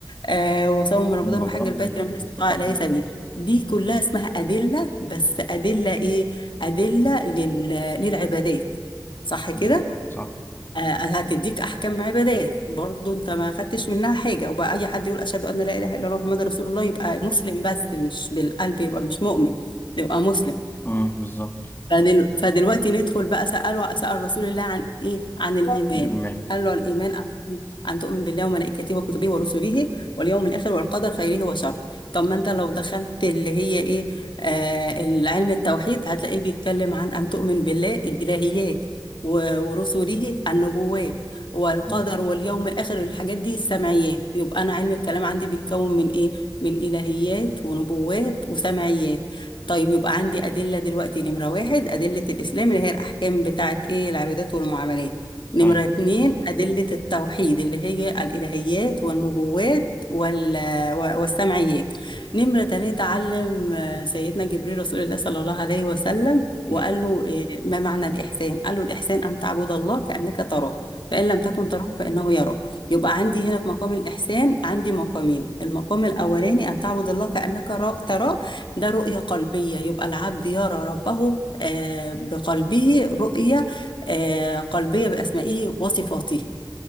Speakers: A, on the left; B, on the left.
A: آه وصوم رمضان
B: الموضوع
A: وحج البيت
B: ده مش
A: لمن
B: بيستطاع
A: استطاع إليه سبيل دي كلها اسمها أدلة بس أدلة إيه؟ أدلة لل... للعبادات صح كده؟
B: مم. صح
A: آه هتديك أحكام عبادات برضو أنت ما خدتش منها حاجة وبقى أي حد يقول أشهد أن لا إله إلا الله محمد رسول الله يبقى مسلم بس مش بالقلب يبقى مش مؤمن يبقى مسلم
B: مم. بالظبط
A: فدل... فدلوقتي ندخل بقى سأله سأل رسول الله عن إيه؟ عن الإيمان
B: الإيمان
A: قال له الإيمان أن تؤمن أن تؤمن بالله وملائكته وكتبه ورسله واليوم الآخر والقدر خيره وشره طب ما أنت لو دخلت اللي هي إيه آه علم التوحيد هتلاقيه بيتكلم عن أن تؤمن بالله الإلهيات و- ورسله النبوات والقدر
B: مم.
A: واليوم الآخر الحاجات دي السمعيات يبقى أنا علم الكلام عندي بيتكون من إيه؟ من إلهيات ونبوات وسمعيات طيب يبقى عندي أدلة دلوقتي نمرة واحد أدلة الإسلام اللي هي الأحكام بتاعة إيه العبادات والمعاملات نمرة
B: أيوه
A: اتنين أدلة التوحيد اللي هي الإلهيات والنبوات وال... و- والسمعيات نمرة تلاتة علم آه، سيدنا جبريل رسول الله صلى الله عليه وسلم
B: جامد.
A: وقال له آه، ما معنى الإحسان قال له الإحسان أن تعبد الله كأنك تراه فإن لم تكن تراه فإنه يراك يبقى عندي هنا في مقام الإحسان عندي مقامين المقام الأولاني أن تعبد الله كأنك را- تراه ده رؤية قلبية يبقى العبد يرى ربه آه، بقلبه رؤية آه، قلبية بأسمائه وصفاته